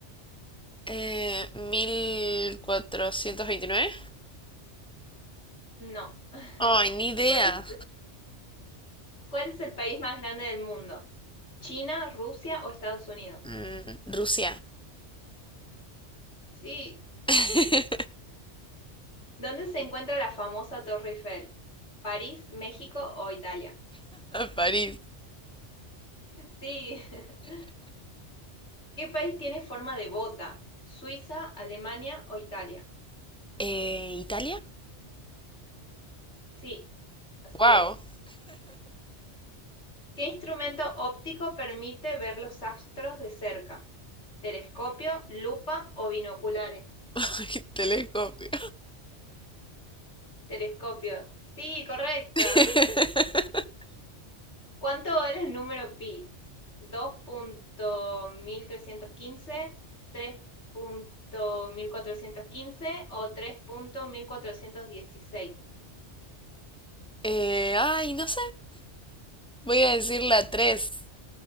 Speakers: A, in the centre; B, on the left.
A: Eh, ¿mil cuatrocientos veintinueve.
B: No. <laughs>
A: Ay, ni idea.
B: ¿Cuál es, cuál es el país más grande del mundo? ¿China, Rusia o Estados Unidos?
A: Mm, Rusia.
B: Sí.
A: <laughs>
B: ¿Dónde se encuentra la famosa Torre Eiffel? ¿París, México o Italia?
A: París.
B: Sí. <laughs> ¿Qué país tiene forma de bota? ¿Suiza, Alemania o Italia?
A: Eh, ¿Italia?
B: Sí, así
A: Wow.
B: es. ¿Qué instrumento óptico permite ver los astros de cerca? ¿Telescopio, lupa o binoculares?
A: <laughs> Telescopio.
B: Telescopio. Sí, correcta.
A: <laughs>
B: <laughs> ¿Cuánto vale el número pi? Dos punto punto mil mil trescientos quince, tres punto mil cuatrocientos quince o tres punto mil cuatrocientos dieciséis?
A: Eh, ay, no sé. Voy a decir la 3.